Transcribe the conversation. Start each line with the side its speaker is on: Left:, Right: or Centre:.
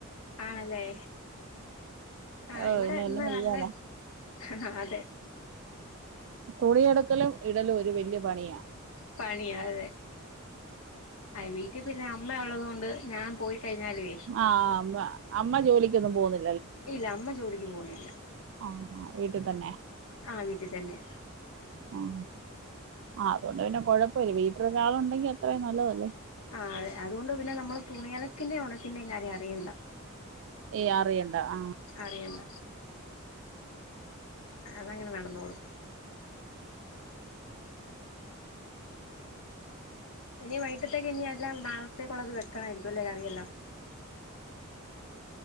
Left: ആണല്ലേ ആ
Right: ഓ
Left: ഇവിടെ
Right: പിന്നെ
Left: ഇന്ന്
Right: എന്നാ
Left: നല്ല
Right: ചെയ്യാനാ
Left: ആ അതെ
Right: തുണിയെടുക്കലും ഇടലും ഒരു വല്യ പണിയാ
Left: പണിയാ അതെ അയ് വീട്ടിൽ പിന്നെ അമ്മയുള്ളത് കൊണ്ട് ഞാൻ പോയി കഴിഞ്ഞാലുവേ
Right: ആ അമ്മ അമ്മ ജോലിക്കൊന്നും പോന്നി
Left: ഇല്ല അമ്മ ജോലിക്ക് പോന്നില്ല
Right: ആ ആ വീട്ടിൽ തന്നെ
Left: ആ വീട്ടിൽ തന്നെ
Right: ആ ആ അതുകൊണ്ട് പിന്നെ കൊഴപ്പല്ല വീട്ടിൽ ഒരാള് ഉണ്ടെങ്കി അത്രയും നല്ലതല്ലേ
Left: ആ അതെ അതുകൊണ്ട് പിന്നെ നമ്മള് തുണിയലക്കിന്റെയും ഉണക്കിന്റെയും കാര്യം അറിയണ്ട
Right: ഏയ് അറിയണ്ട ആ
Left: അറിയണ്ട അതങ്ങനെ നടന്നോളും ഇനി വൈകിട്ടത്തേക്ക് ഇനി എല്ലാം നാളത്തേക്കുള്ളത് വെക്കണായിരിക്കും അല്ലേ കറിയെല്ലാം